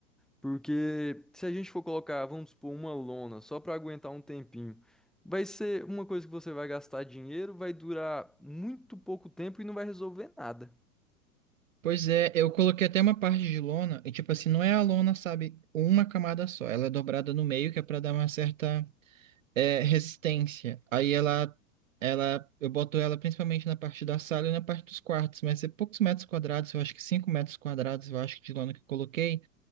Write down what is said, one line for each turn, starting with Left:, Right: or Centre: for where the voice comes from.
Centre: Porque se a gente for colocar, vamos supor, uma lona só para aguentar um tempinho, vai ser uma coisa que você vai gastar dinheiro, vai durar muito pouco tempo e não vai resolver nada.
Right: Pois é, eu coloquei até uma parte de lona, e tipo assim, não é a lona, sabe, uma camada só, ela é dobrada no meio, que é pra dar uma certa é, resistência. Aí ela, ela, eu boto ela principalmente na parte da sala e na parte dos quartos, mas é poucos metros quadrados, eu acho que 5 metros quadrados, eu acho que de lona que eu coloquei,